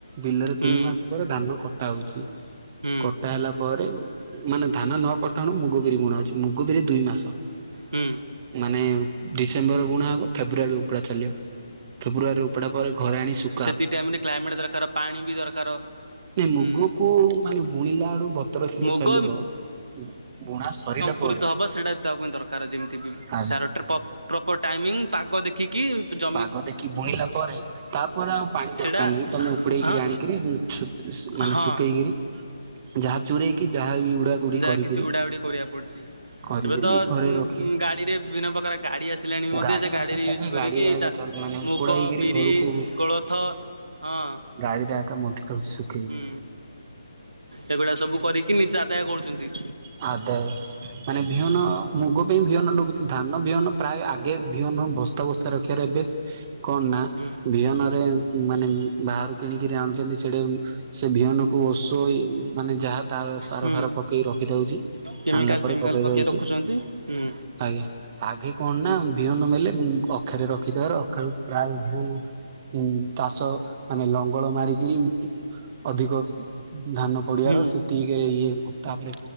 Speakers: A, on the right; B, on the right.
A: ବିଲରେ
B: ହୁଁ
A: ତିନିମାସ ପରେ ଧାନ କଟା ହଉଚି।
B: ହୁଁ
A: କଟା ହେଲାପରେ ମାନେ ଧାନ ନକଟାହୁଣୁ ମୁଗ ବିରି ବୁଣା ହଉଚି ମୁଗ ବିରି ଦୁଇ ମାସ
B: ହୁଁ।
A: ମାନେ ଡିସେମ୍ବର ବୁଣା ହବ ଫେବୃୟାରୀ ଉପୁଡ଼ା ଚାଲିବ। ଫେବୃଆରୀରେ ଉପୁଡ଼ା ପରେ ଘରେ ଆଣି ଶୁ
B: ଦିଟାଇମରେ କ୍ଲାଇମେଟ ଦରକାର ପାଣିବି ଦରକାର।
A: ନାଇଁ ମୁଗକୁ
B: ହୁଁ
A: ମାନେ ବୁଣିଲା ବେଳୁ ବତର ଥିଲେ
B: ମୁଗ
A: ଚାଲିବ ବୁଣା ସରିଲା ପରେ
B: ପୁରିତ ହବ ସେଇଟା ବି ତା ପାଇଁ ଦରକାର ଯେମତି ବି
A: ଆଜ୍ଞା
B: ସାର ପ୍ର ପ୍ରପର ଟାଇମିଂ ପାଗ ଦେଖିକି ଜ
A: ପାଗ ଦେଖି ବୁଣିଲା ପରେ ତାପରେ ଆଉ ପାଣି
B: ସେଇଟା
A: ଦରକାର ନାହିଁ ତମେ ଉପଡେଇକିରି
B: ହଁ
A: ଆଣିକିରି ଛୁ ମାନେ
B: ହଁ।
A: ଶୁକେଇକିରି ଯାହା ଚୁରେଇକି ଯାହା ବି ଉଡା ଉଡି
B: ଯାହା
A: କରିକିରି
B: କିଛି ଉଡା ଉଡି କରିବାକୁ ପଡୁଚି
A: କରିକିରି
B: ଏବେ ତ
A: ଘରେ
B: ଗୁଁ
A: ରଖି
B: ଗାଡିରେ ବିଭିନ୍ନ ପ୍ରକାର ଗାଡି ଆସି ଆସିଲାଣି ମଧ୍ୟ
A: ଗାଡି
B: ସେ ଗାଡିରେ
A: ଆସିଛି
B: ୟୁଜ୍
A: ଏବେ
B: କରିକି
A: ଗାଡିରେ ଆଗା
B: ଚା
A: ମାନେ ଉପଡା
B: ମୁଗ,
A: ହେଇକିରି
B: ବିରି
A: ଘରକୁ
B: କୋଳଥ ହଁ।
A: ଗାଡିଟା ଏକା ମନ୍ଥି ଦୋଉଚି ସବୁ।
B: ହୁଁ ଏଇଭଳିଆ ସବୁ କରିକି ନିଜ ଆଦାୟ କରୁଚନ୍ତି।
A: ହାଦାୟ ମାନେ ବିହନ ମୁଗ ପାଇଁ ବିହନ ନୋଗୁଚି ଧାନ ବିହନ ପ୍ରାୟ ଆଗେ ବିହନ ବସ୍ତା ବସ୍ ଏଥର ରଖିବାର ଏବେ କଣ ନା
B: ହୁଁ।
A: ବିହନରେ ମାନେ ବାହାରୁ କିଣିକିରି ଆଣୁଛନ୍ତି ସେଡେ ସେ ବିହନକୁ ଓଶୋଇ ମାନେ ଯାହା ତାର ସାର
B: ହୁଁ
A: ଫାର ପକେଇ ର ଏଇଟା ହୋଉଚି
B: କେମିକାଲ
A: ଆଣିଲା ପରେ
B: ଫେମିକାଲ
A: ପକେଇବା
B: ପକେଇ
A: ଉଚି
B: ରଖୁଛନ୍ତି ହୁଁ
A: ଆଜ୍ଞା ଆଗେ କଣ ନା ବିହନ ମେଲେ ଅଖାରେ ରଖିଦେବାର ଅଖାରୁ ପ୍ରାୟ ବିହନ ଉଁ ତାସ ମାନେ ଲଙ୍ଗଳ ମାରିକିରି ଅଧିକ ଧାନ ପଡିଆର
B: ହୁଁ।
A: ସେତିକିରେ ଇଏ ତାପରେ